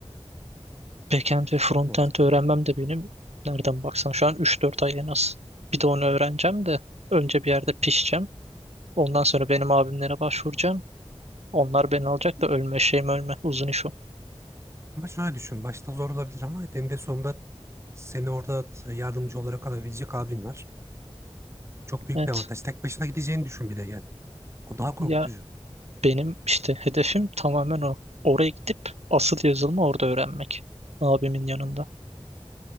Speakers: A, on the right (about 80°); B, on the right (about 25°).
A: Backend ve frontend
B: çok mantıklı.
A: öğrenmem de benim nereden baksan şu an üç dört ay en az. Bir de onu öğreneceğim de önce bir yerde pişeceğim. Ondan sonra benim abimlere başvuracağım. Onlar beni alacak da ölme şeyim ölme. Uzun iş o.
B: Ama şöyle düşün. Başta zor olabilir ama eninde sonunda seni orada yardımcı olarak alabilecek abin var. Çok büyük
A: Evet.
B: bir avantaj. Tek başına gideceğini düşün bir de yani. O daha korkutucu.
A: Ya benim işte hedefim tamamen o. Oraya gidip asıl yazılımı orada öğrenmek. Abimin yanında.